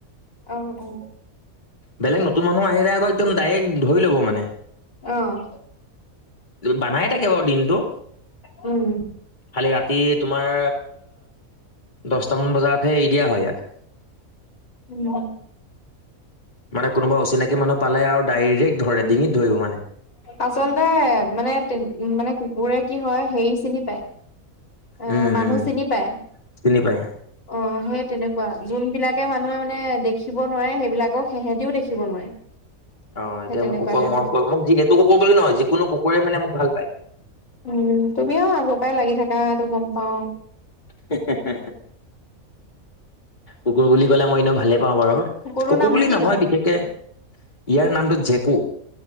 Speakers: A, on the left; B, on the left.
A: অ অ
B: বেলেগ নতুন মানুহ আহিলে আকৌ, একদম ডাইৰেক্ট ধৰি ল'ব মানে।
A: অ',
B: বানাইে থাকে বাৰু দিনটো।
A: উম,
B: খালী ৰাতি তোমাৰ, দহটামান বজাতহে, এৰি দিয়া হয় ইয়াক।
A: উম।
B: মানে কোনোবা অচিনাকি মানুহ পালে আৰু ডাইৰেক্ট ধৰে, ডিঙিত ধৰিব মানে।
A: আচলতে মানে, মানে কুকুৰে কি হয়, হেৰি চিনি পায়। আহ,
B: উম
A: মানুহ
B: উম
A: চিনি পায়।
B: চিনি পায়।
A: অঁ সেই তেনেকুৱা যোনবিলাকে মানুহে মানে দেখিব নোৱাৰে সেইবিলাকক সেহেঁতিও দেখিব নোৱাৰে
B: অ এতিয়া
A: সেই তেনেকুৱা
B: মোক কুকুৰক
A: টাইপৰ
B: মৰম কৰে ম যি এইটো কুকুৰ বুলি নহয় যিকোনো কুকুৰে মানে মোক ভাল পায়
A: উম তুমিও আগৰ পৰাই লাগি থাকা এইটো গম পাওঁ।
B: হে হে কুকুৰ বুলি কলে মই ইনো ভালে পাওঁ পাওঁ বাৰু
A: কুকুৰটোৰ
B: কুকুৰ
A: নাম
B: বুলি
A: কিনো?
B: নহয় বিশেষকে ইয়াৰ নামটো জেকু